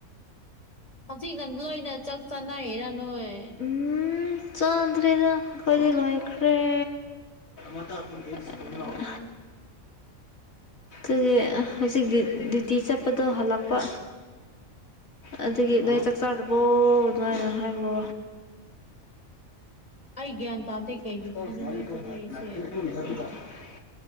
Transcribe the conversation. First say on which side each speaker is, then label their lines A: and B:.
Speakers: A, on the left (about 25°); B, on the left (about 75°).
A: ꯍꯧꯖꯤꯛꯅ ꯂꯣꯏꯅ ꯆꯥꯛ ꯆꯥꯟꯅꯩꯔꯥ ꯅꯣꯏ
B: ꯎꯝ ꯆꯥꯗ꯭ꯔꯦꯗ ꯑꯩꯈꯣꯏꯗꯤ ꯂꯣꯏꯈ꯭ꯔꯦ ꯑ
A: ꯑꯣ
B: ꯑꯗꯨꯒꯤ ꯍꯧꯖꯤꯛ ꯗ꯭ꯌꯨ ꯗ꯭ꯌꯨꯇꯤ ꯆꯠꯄꯗꯣ ꯍꯜꯂꯛꯄ ꯑꯗꯨꯒꯤ ꯅꯣꯏ ꯆꯥꯛ ꯆꯥꯔꯕꯣ ꯑꯗꯨꯃꯥꯏꯅ ꯍꯥꯏꯕꯣ
A: ꯑꯩ ꯒ꯭ꯌꯥꯟ ꯇꯥꯗꯦ ꯀꯩ
B: <unintelligible>
A: ꯗ꯭ꯌꯨꯇꯤꯅꯣ ꯅꯣꯏ ꯆꯠꯅꯔꯤꯁꯦ